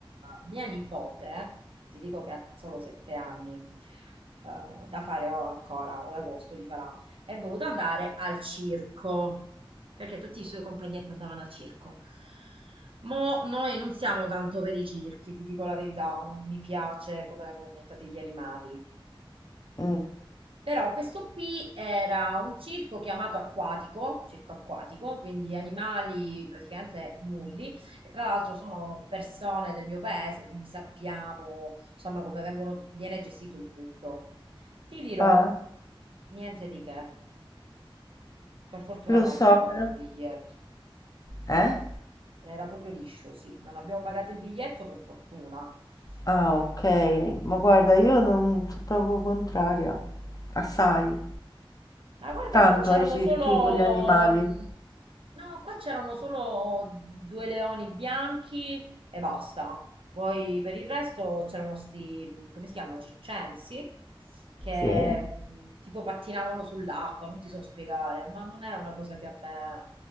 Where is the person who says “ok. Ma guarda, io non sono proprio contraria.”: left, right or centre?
Left